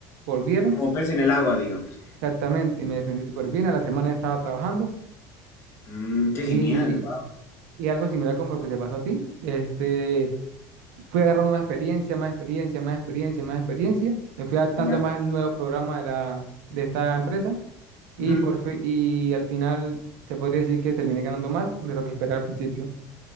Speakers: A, on the right (about 80°); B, on the left (about 35°).
A: volvieron
B: Como pez en el agua, digamos.
A: exactamente y me defendí súper bien. A la semana ya estaba trabajando
B: Mm, qué
A: y,
B: genial, wow.
A: y algo similar como lo que te pasó a ti. Este, fui agarrando más experiencia, más experiencia, más experiencia, más experiencia. Me fui adaptando
B: Ya.
A: más al nuevo programa de la, de esta empresa y,
B: Ujú.
A: por fi- y al final se podría decir que terminé ganando más de lo que esperaba al principio.